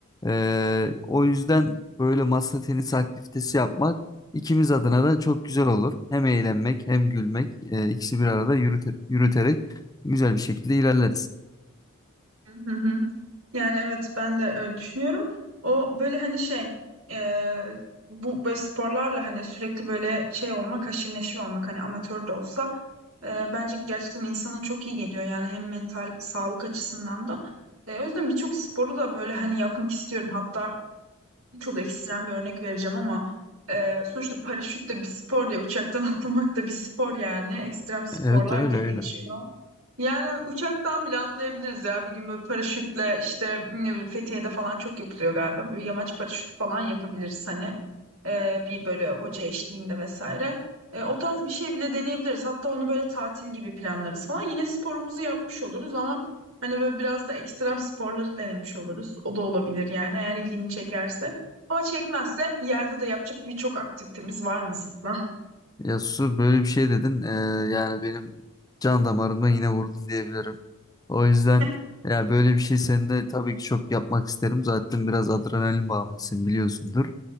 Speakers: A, on the left; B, on the right.
A: E, o yüzden böyle masa tenisi aktivitesi yapmak ikimiz adına da çok güzel olur. Hem eğlenmek hem gülmek e, ikisi bir arada yürüte- yürüterek güzel bir şekilde ilerleriz.
B: Hı hı. Yani evet ben de öyle düşünüyorum. O böyle hani şey e, bu böyle sporlarla hani sürekli böyle şey olmak haşir neşir olmak hani amatör de olsa e, bence gerçekten insana çok iyi geliyor yani hem mental sağlık açısından da. E, o yüzden birçok sporu da böyle hani yapmak istiyorum. Hatta çok ekstrem bir örnek vereceğim ama e, sonuçta paraşüt de bir spor diye uçaktan <laughs> atlamak da bir spor yani ekstrem sporlar
A: Evet öyle
B: diye
A: öyle.
B: geçiyor. Yani uçaktan bile atlayabiliriz ya. Bir gün böyle paraşütle işte ne bileyim Fethiye'de falan çok yapılıyor galiba. Bir yamaç paraşütü falan yapabiliriz hani. Ee, bir böyle hoca eşliğinde vesaire. Ee, o tarz bir şey bile deneyebiliriz. Hatta onu böyle tatil gibi planlarız falan. Yine sporumuzu yapmış oluruz ama hani böyle biraz da ekstrem sporları denemiş oluruz. O da olabilir yani eğer ilgini çekerse. Ama çekmezse yerde de yapacak birçok aktivitemiz var nasılsa.
A: Ya Su böyle bir şey dedin. Ee, yani benim can damarımdan yine vurdun diyebilirim. O yüzden
B: <laughs>
A: ya böyle bir şey senin de tabii ki çok yapmak isterim. Zaten biraz adrenalin bağımlısın biliyorsundur.